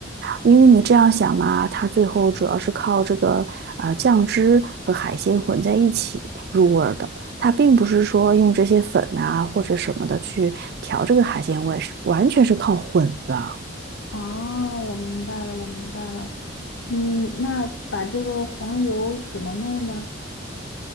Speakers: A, on the right; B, on the left.
A: 因为你这样想嘛，它最后主要是靠这个呃酱汁和海鲜混在一起入味儿的，它并不是说用这些粉啊或者什么的去调这个海鲜味，是完全是靠混的。
B: 哦，我明白了，我明白了。嗯，那把这个黄油怎么弄呢？